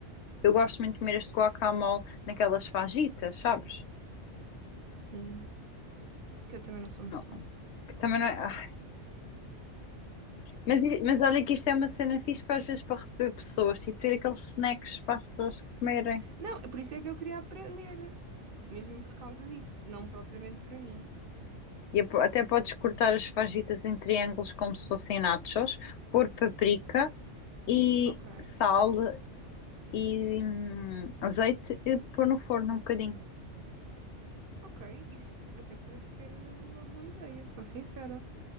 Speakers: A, on the left; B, on the right.
A: eu gosto muito de comer este guacamole naquelas fajitas, sabes?
B: Sim, que eu também não sou muito
A: Não,
B: fã.
A: que também não é. ah, Mas, i- mas olha que isto é uma cena fixe para às vezes para receber pessoas, tipo ter aqueles snacks para as pessoas comerem.
B: Não, é por isso é que eu queria aprender. Mesmo por causa disso, não propriamente para mim.
A: E ap- até podes cortar as fajitas em triângulos como se fossem nachos, pôr paprika e
B: Ok,
A: sal e hum, azeite e pôr no forno um bocadinho.
B: ok, isso até parece ser eh, uma boa ideia, sou sincera.